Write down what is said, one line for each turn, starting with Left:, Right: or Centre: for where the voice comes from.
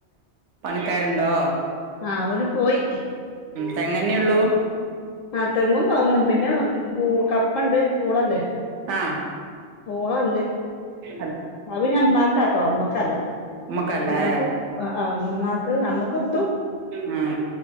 Right: പണിക്കാരുണ്ടോ?
Left: ആ അവര് പോയി.
Right: തെങ്ങന്നെള്ളൂ?
Left: അപ്പൊ ആ തെങ്ങും കവ്ങ്ങും പിന്നെ പൂ കപ്പണ്ട് പൂളല്ലേ.
Right: ആ
Left: പൂളണ്ട്.
Right: അതെ
Left: അത് പിന്നെ ഉമ്മാക്കാട്ടോ അമ്മക്കല്ല.
Right: ഉമ്മക്കല്ല
Left: ഉമ്മാക്ക്
Right: അല്ലേ
Left: ആ ഉമ്മാക്ക് നമ്മുക്കിട്ടും
Right: ഉം